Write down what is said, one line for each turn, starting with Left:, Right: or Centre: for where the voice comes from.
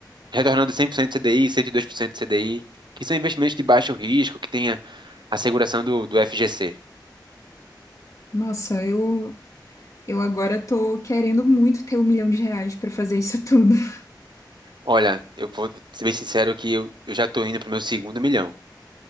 Right: retornando 100% CDI, 102% CDI, que são investimentos de baixo risco, que tenha a seguração do, do FGC.
Left: Nossa, eu, eu agora tô querendo muito ter um milhão de reais pra fazer isso tudo. <laughs>
Right: Olha, eu vou ser bem sincero que eu, eu já estou indo para o meu segundo milhão,